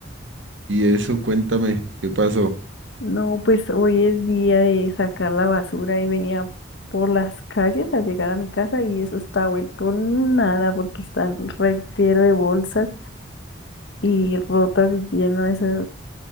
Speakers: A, on the right; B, on the left.
A: Y eso, cuéntame, ¿qué pasó?
B: No, pues hoy es día de sacar la basura y venía por las calles a llegar a mi casa y eso está vuelto nada porque están reguero de bolsas y rotas y lleno de esa